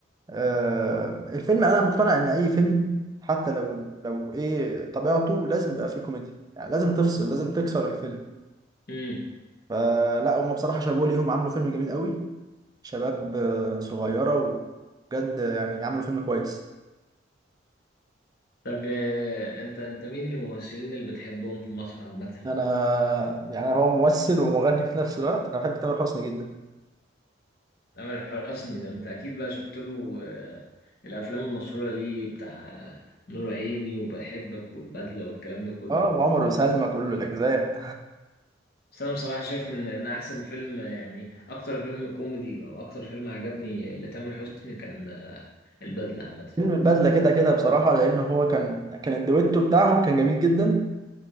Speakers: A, on the right; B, on the left.
A: آه، الفيلم انا مقتنع ان اي فيلم حتى لو لو ايه طبيعته لازم يبقى فيه كوميديا يعني لازم تفصل لازم تكسر الفيلم
B: امم
A: فلا هما بصراحة شابوه ليهم عملوا فيلم جميل قوي شباب آه، صغيرة وبجد يعني عملوا فيلم كويس
B: طب آه، أنت أنت مين الممثلين اللي بتحبهم في مصر عامة؟
A: انا يعني هو ممثل ومغني في نفس الوقت انا بحب تامر حسني جدا
B: تامر حسني ده أنت أكيد بقى شفت له آه، الأفلام المشهورة ليه بتاع نور عيني وبحبك والبدلة والكلام ده كله
A: اه وعمر وسلمى كل الاجزاء
B: بس أنا بصراحة شايف إن إن أحسن فيلم آه، يعني أكتر فيلم كوميدي أو أكتر فيلم عجبني لتامر حسني كان آه، البدلة عامة
A: فيلم البدلة كده كده بصراحة لأن هو كان كان الدويتو بتاعهم كان جميل جدا